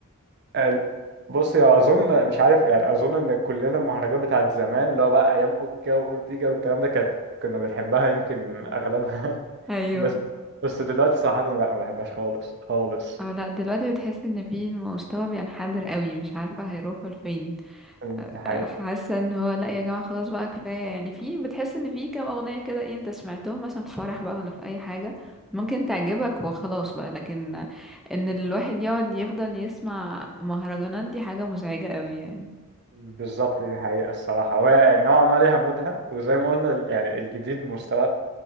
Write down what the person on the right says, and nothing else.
ال- بص يا أظن مش عارف يعني أظن إن كلنا المهرجانات بتاعت زمان اللي هو بقى أيام أوكا وأورتيجا والكلام ده كانت كنا بنحبها يمكن أغلبها <laughs>
بس بس دلوقتي صراحة لأ ما بحبهاش خالص خالص
دي حقيقة
بالظبط دي حقيقة الصراحة وهي نوعا ما ليها مودها وزي ما قلنا يعني الجديد مستوى